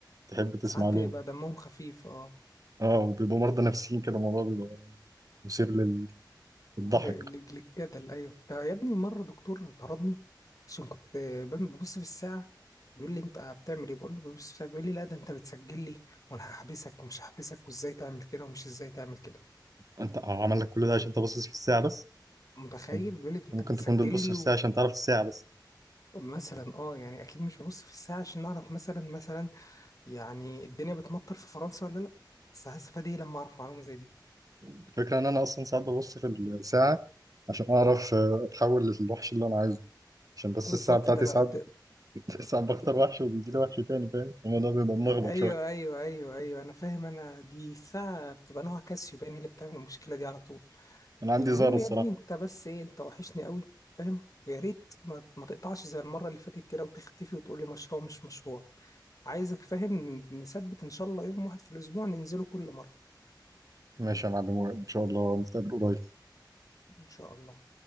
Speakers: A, on the right; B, on the left.
A: تحب تسمع
B: ساعات بيبقى
A: لهم
B: دمهم خفيف اه
A: اه وبيبقوا مرضى نفسيين كده الموضوع بيبقى مثير لل- للضحك
B: ل- ل- للجدل ايوه ده يا ابني مره دكتور طردني عشان كنت بم- ببص في الساعه بيقول لي انت بتعمل ايه بقول له ببص في الساعه بيقول لي لا ده انت بتسجل لي وانا هحبسك ومش هحبسك وازاي تعمل كده ومش ازاي تعمل كده
A: انت هو عمل لك كل ده عشان انت باصص في الساعة بس
B: متخيل
A: كان-
B: بيقول لي ده انت
A: ممكن
B: بتسجل
A: تكون بتبص
B: لي
A: في الساعة عشان تعرف الساعة بس
B: ومثلا اه يعني اكيد مش ببص في الساعه عشان اعرف مثلا مثلا يعني الدنيا بتمطر في فرنسا ولا لا بس هستفاد ايه لما اعرف معلومه زي دي
A: الفكرة ان انا اصلا ساعات ببص في الساعة عشان اعرف آه، اتحول للوحش اللي انا عايزه عشان بس
B: بالظبط
A: الساعة بتاعتي
B: ده لو
A: ساعات
B: ده
A: <laughs> ساعات بختار وحش وبيجي لي وحش تاني فاهم الموضوع بيبقى ملخبط
B: ايوه
A: شوية
B: ايوه ايوه ايوه انا فاهم انا دي الساعه بتبقى نوع كاسيو باين هي اللي بتعمل المشكله دي على طول
A: انا عندي
B: المهم
A: زهرة الصراحة
B: يا ابني انت بس ايه انت وحشني قوي فاهم ويا ريت ما, ما تقطعش زي المره اللي فاتت كده وتختفي وتقول لي مشروع مش مشروع عايزك فاهم نثبت ان شاء الله يوم واحد في الاسبوع ننزله كل مره
A: ماشي يا معلم ان شاء الله نتقابل قريب
B: ان شاء الله